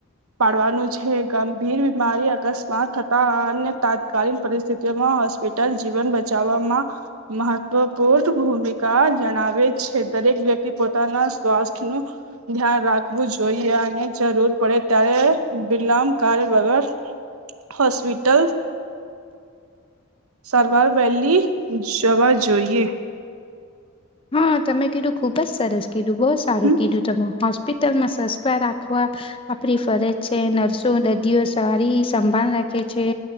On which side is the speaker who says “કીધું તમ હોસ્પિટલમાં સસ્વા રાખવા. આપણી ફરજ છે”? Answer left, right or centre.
Left